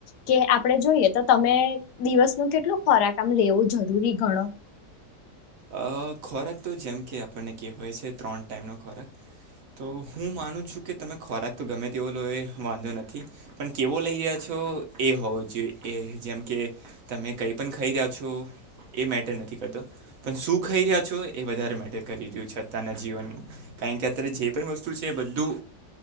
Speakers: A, on the left; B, on the right.
A: કે આપડે જોયે તો તમે દિવસ નુ કેટલું ખોરાક આમ લેવુ જરૂરી ગણો?
B: અ ખોરાક તો જેમ કે આપને કેવાય છે ત્રણ ટાઈમનો ખોરાક. તો હું માનું છું કે તમે ખોરાક તો ગમે તેવો લો એ વાંધો નથી. પણ કેવો લઈ હ્યા છો એ હોવ જોઈ એ, જેમ કે તમે કઈ પણ ખઈ રહ્યા છો, એ મેટર નથી કરતો. પણ શું ખઈ રહ્યા છો એ વધારે મેટર કરી રહ્યું છે અતારના જીવનમાં કારણ કે અત્યારે જે પણ વસ્તુ છે તેે બદધુ.